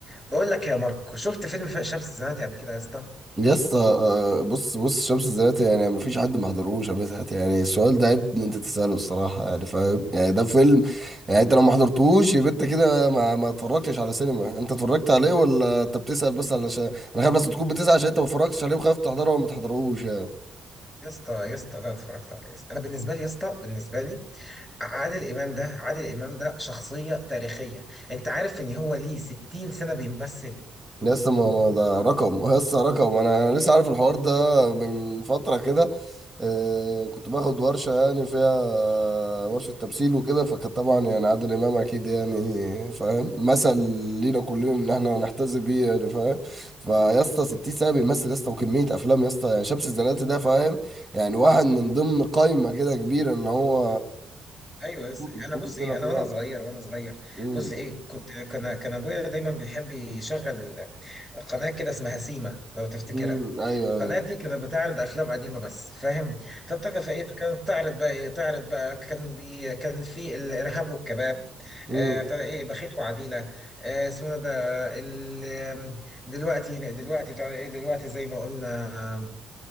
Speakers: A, in the centre; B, on the right (about 20°).
A: بقول لك يا ماركو شفت فيلم ف- شمس الزناتي قبل كده يا اسطى
B: يا اسطى آه، بص بص شمس الزناتي يعني مفيش حد ما حضروش يا مدحت يعني السؤال ده عيب ان انت تساله الصراحه يعني فاهم يعني ده فيلم يعني انت لو ما حضرتوش يبقى انت كده ما ما اتفرجتش على سينما انت اتفرجت عليه ولا انت بتسال بس علشان انا خايف بس تكون بتسال عشان انت ما اتفرجتش عليه وخايف تحضره وما تحضروش يعني
A: يا اسطى يا اسطى ده اتفرجت عليه يا اسطى. انا بالنسبه لي يا اسطى بالنسبه لي عادل امام ده عادل امام ده شخصيه تاريخيه انت عارف ان هو ليه 60 سنه بيمثل
B: لسه ما ما ده رقم لسه رقم انا انا لسه عارف الحوار ده من فتره كده آه كنت باخد ورشه يعني فيها آه، ورشه تمثيل وكده فكان طبعا يعني عادل امام اكيد يعني فاهم مثل لينا كلنا ان احنا نحتذي بيه يعني فاهم فيا اسطى 60 سنه بيمثل يا اسطى وكميه افلام يا اسطى يعني شمس الزناتي ده فاهم يعني واحد من ضمن قائمه كده كبيره ان هو
A: ايوه بس
B: طول
A: انا
B: طول
A: بص
B: في
A: ايه
B: الافلام
A: انا وانا صغير وانا صغير
B: امم
A: بص ايه كنت كان كان ابويا دايما بيحب يشغل قناه كده اسمها سيما لو تفتكرها
B: امم ايوه
A: القناة
B: ايوه
A: دي كانت بتعرض أفلام قديمة بس فاهم فابتدى في إيه فكانت تعرض بقى إيه تعرض بقى كان بي كان في الإرهاب والكباب
B: امم
A: آه، ابتدى إيه بخيت وعديلة آه، اسمه ده ال... دلوقتي دلوقتي بتاع إيه دلوقتي زي ما قلنا آه،